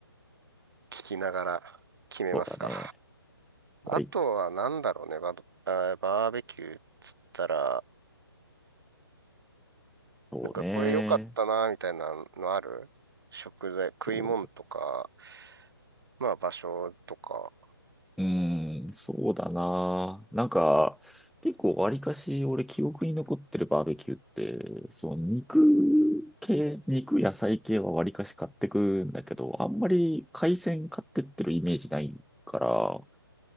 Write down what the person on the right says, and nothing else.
聞きながら決めますか。
あとは何だろうね、
バド、あーバーベキューっつったら、
なんかこれ良かったな、みたいなのある食材、食い物とか、
まあ場所とか。